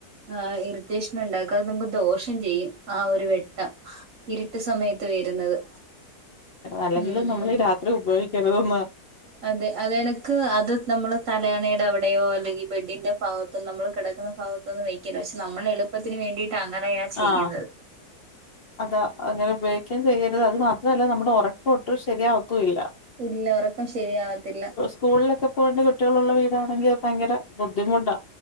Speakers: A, on the right; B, on the left.
A: ആഹ് ഇറിറ്റേഷൻ ഉണ്ടാക്കും നമുക്ക് ദോഷം ചെയ്യും ആ ഒരു വെട്ടം ഇരുട്ട് സമയത്ത് വരുന്നത്
B: അല്ലെങ്കിൽ
A: ഉം
B: നമ്മൾ
A: ഉം
B: രാത്രി ഉപയോഗിക്കരുതൊന്ന്
A: അതെ അതെട ക്ക് അത് നമ്മൾ തലയാണയുടെ അവിടെയോ അല്ലെങ്കിൽ ബെഡിന്റെ ഭാഗത്തും നമ്മൾ കിടക്കുന്ന ഭാഗ ന്നും വക്കില്ല പക്ഷെ നമ്മളെ എളുപ്പത്തിന് വേണ്ടിട്ട് അങ്ങനെയാ ചെയ്യുന്നത്
B: ആഹ് അതാ അങ്ങനെ ഉപയോഗിക്കൻ ചെയ്യരുത് അത് മാത്രല്ല നമ്മുടെ ഉറക്കൊട്ടും ശരിയാവത്തുംല്ല
A: ഇല്ല ഉറക്കം ശരിയാവത്തില്ല
B: സ്കൂളിലൊക്കെ പോകേണ്ട് കുട്ടികളള്ള വീടാണെങ്കിൽ ഭയങ്കര ബുദ്ധിമുട്ടാ